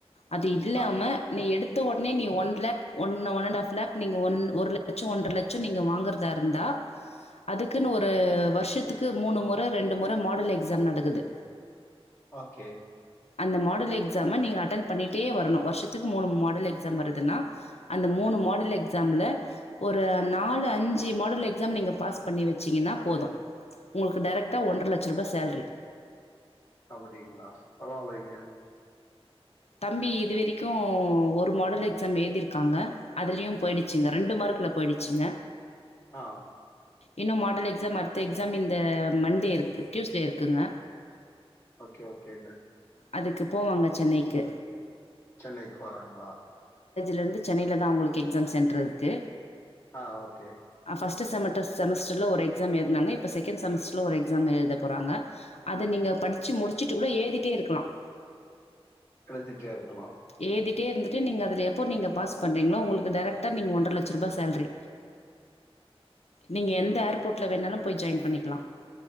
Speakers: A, on the left (about 85°); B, on the left (about 25°).
A: அது இல்லாமல்
B: ஆ
A: நீ எடுத்த உடனே நீ one lakh one one and half lakh நீங்க ஒரு ல லட்சம் ஒன்றறை லட்ச நீங்க வாங்குறது இருந்தா அதுக்குன்னு ஒரு வருஷத்துக்கு மூணு முறை ரெண்டு முறை மாடல் எக்ஸாம் நடக்குது
B: ஓகே
A: அந்த மாடல் எக்ஸாம நீங்க அட்டன் பண்ணிட்டே வரணும் வருஷத்துக்கு மூணு மாடல் எக்ஸாம் வருதுன்னா அந்த மூணு மாடல் எக்ஸாமில்ல ஒரு நாலு அஞ்சு மாடல் எக்ஸாம் நீங்க பாஸ் பண்ணி வச்சீங்கன்னா போதும் உங்களுக்கு டேரக்டா ஒன்றரை லட்ச ரூபாய் சேலரி
B: அப்டிங்களா பரவாயில்லைங்கே
A: தம்பி இது வரைக்கும் ஒரு மாடல் எக்ஸாம் ஏழுதி இருக்காங்க அதுலயும் போயிடுச்சுங்க ரெண்டு மார்கல போயிடு சிங்கா
B: ஆஹ
A: இன்னும் மாடல் எக்ஸாம் அடுத்த எக்ஸாம் இந்த மண்டே இருக்கு டியூஸ்டே இருக்குங்க
B: ஓகே ஓகேங்க
A: அதுக்கு போவாங்க சென்னைக்கு
B: சென்னை போறாங்களா
A: இருந்து சென்னையில தான் உங்களுக்கு எக்ஸாம் சென்ட்ர் இருக்கு
B: ஆஹ் ஓகே
A: பஸ்ட் செமஸ்டர் ஒரு எக்ஜாம் எழுதுனாங்க இப்ப செகேன்டு சோமஸ்டர்ல ஒரு எக்ஸாம் எழுத போறாங்க அதை நீங்க படிச்சு முடிச்சூட்டு கூட ஏதி ட்ட இருக்கலாம்
B: சிட்டியா இருக்கலாம்
A: ஏழுதிட்டே இருந்துட்டு நீங்க எப்போ நீங்க பாஸ் பண்றீங்களோ உங்களுக்கு டேரக்டா நீங்க ஒன்ற லட்ச ரூபாய் சேல்ரி நீங்க எந்த ஏர்போட்ல வேணாலும் போய் ஜாய்ன் பண்ணிக்கலாம்